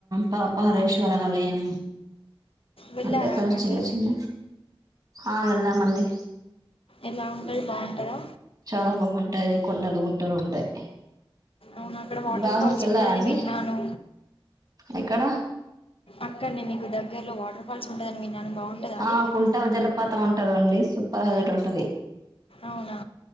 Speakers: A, on the right; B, on the left.
A: పా పరేశ్వర ఆలయం
B: వెళ్ళారా
A: అంటే కొం
B: అక్కడికి
A: చిన్న చిన్న ఆ వెళ్ళామండి
B: ఎలా అంకల్ బాగుంటదా
A: చాలా బాగుంటాయి కొండలు గుట్టలు ఉంటాయి
B: అవునా అక్కడ వాటర్
A: బాసరకి
B: ఫాల్స్
A: వెళ్ళారా
B: ఉంటందని
A: అండి
B: విన్నాను
A: ఎక్కడ
B: అక్కడనే మీకు దగ్గర్లో వాటర్ఫాల్స్ ఉంటుందని విన్నాను బాగుంటుందా అది
A: ఆ కుంట జలపాతం అంటారు అండి సు పహదటి ఉంటుది
B: అవునా